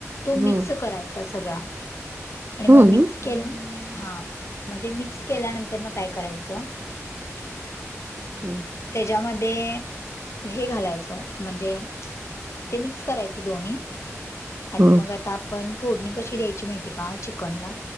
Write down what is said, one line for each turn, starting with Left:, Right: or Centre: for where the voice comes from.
Left: तो
Right: हम्म
Left: मिक्स करायचा सगळा आणि मग
Right: हम्म
Left: मिक्स केलं हा म ते मिक्स केल्यानंतरनं काय करायचं, <unintelligible>
Right: हम्
Left: त्याच्यामध्ये हे घालायचं म्हणजे ते मिक्स करायचं दोन्ही आणि
Right: हम्म
Left: मग आता आपण फोडणी कशी द्यायची माहितीये का चिकनला?